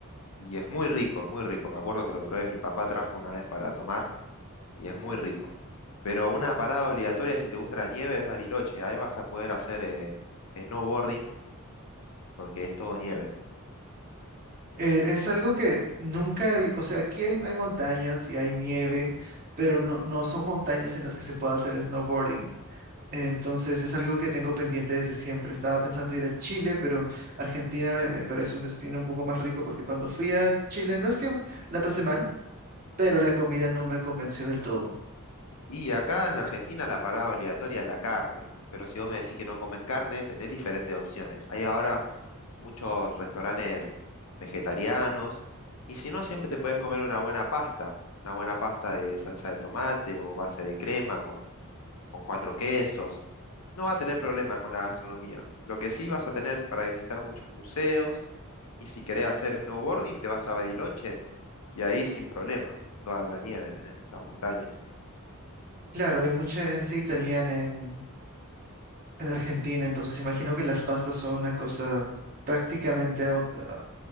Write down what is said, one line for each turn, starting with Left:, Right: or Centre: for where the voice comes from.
Left: y es muy rico, es muy rico. Me acuerdo que lo probé, mi papá trajo una vez para tomar y es muy rico. Pero una parada obligatoria si te gusta la nieve es Bariloche. Ahí vas a poder hacer eh, snowboarding porque es todo nieve.
Right: Eh, es algo que nunca he vi- O sea, aquí hay, hay montañas y hay nieve, pero no, no son montañas en las que se pueda hacer snowboarding. Entonces es algo que tengo pendiente desde siempre. Estaba pensando ir a Chile, pero Argentina me, me parece un destino un poco más rico porque cuando fui a Chile no es que me- la pasé mal, pero la comida no me convenció del todo.
Left: Y acá en Argentina la parada obligatoria es la carne, pero si vos me decís que no comes carne, tenés diferentes opciones. Hay ahora muchos restaurantes vegetarianos y si no, siempre te puedes comer una buena pasta, una buena pasta de salsa de tomate o base de crema con, con cuatro quesos. No vas a tener problema con la gastronomía. Lo que sí vas a tener para visitar muchos museos y si querés hacer snowboarding, te vas a Bariloche y ahí sin problema, toda la nieve tenés, las montañas.
Right: Claro, hay mucha herencia italiana en, en Argentina, entonces imagino que las pastas son una cosa prácticamente au- ah,